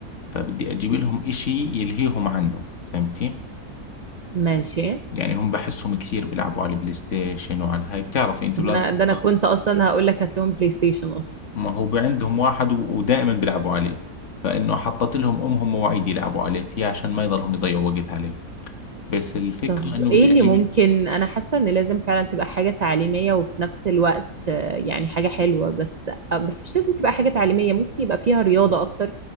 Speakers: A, on the left; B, on the right.
A: فبدي أجيب لهم إشي يلهيهم عنه فهمتي؟
B: ماشي
A: يعني هم بحسهم كثير بيلعبوا على البلاي ستيشن وعلى هاي بتعرفي أنت
B: ده
A: أولاد
B: انا
A: الصغار
B: ده انا كنت اصلا هقول لك هات لهم بلاي ستيشن اصلا
A: ما هو عندهم واحد و- ودائما بيلعبوا عليه فإنه حطت لهم أمهم مواعيد يلعبوا عليه فيها عشان ما يضلهم يضيعوا وقت عليه بس الفكرة
B: طب
A: إنه بدي
B: ايه اللي
A: أجيب
B: ممكن انا حاسه ان لازم فعلا تبقى حاجه تعليميه وفي نفس الوقت آه، يعني حاجه حلوه بس آه، بس مش لازم تبقى حاجه تعليميه ممكن يبقى فيها رياضه اكتر